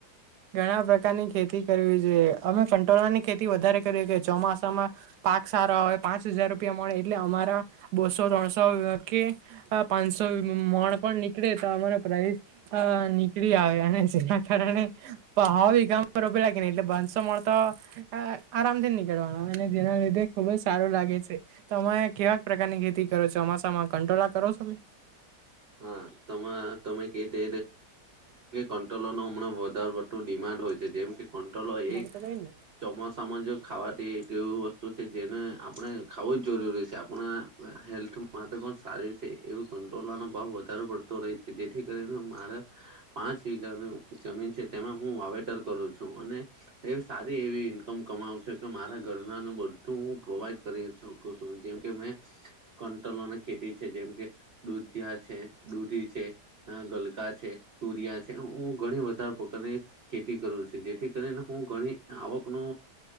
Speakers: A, on the right (about 75°); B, on the right (about 45°).
A: ઘણા પ્રકારની ખેતી કરવી છે અમે ફંટોળાની ખેતી વધારે કરી કે ચોમાસામાં. પાક સારા આવે પાંચ હજાર રૂપિયા મળે એટલે અમારા બસો ત્રણસો કે. હ પાંચસો મણ પણ નીકળે તો અમારે પ્રઇસ. અ નીકળી આવ્યા અને જેના કારણે. હાવ ગામમાં રોપે લાગે ને એટલે ભસો મળતો. આરામથી નીકળવાનો અને જેના લીધે ખુબ જ સારું લાગે છે. તમે કેવા પ્રકારની ખેતી કરો છો અમાસામાં કંટોળા કરો છો ભાઈ.
B: હા તમે. તમે કે તે કે <unintelligible> કંટ્રોલો ન હમણાં વધારે પડતું ડિમાન્ડ હોય છે જેમ કે કંટ્રોલો એક
A: પને <unintelligible>
B: ચોમાસામાં જે ખાવાતી એક એવીું વસ્તુ છે જેને આપણે ખાવું જ જરૂરી છે આપણે હેલ્થ માટે પણ સારી છે એવી કંટોલાનો ભાવ વધ વધારે પડતો રહે છે જેથી કરીને હું મારા પાંચ વીઘાનુ જમીન છે તેમાં હું વાવેતર કરું છું અને એવી સારી એવી ઈન્કમ કમાવ છે કે મારા ઘરનાનુ બ <unintelligible> હું પ્રોવાઈડ કરી શકું છું જેમ કે મેં કંટોલોની ખેતી છે જેમ કે દુધિયા છે દૂધી છે હા ગલકા છે. તુરિયા છે હું ઘણી વધારે પ્રકારની ખેતી કરું છ જેથી કરીને હું ઘણી આવકનો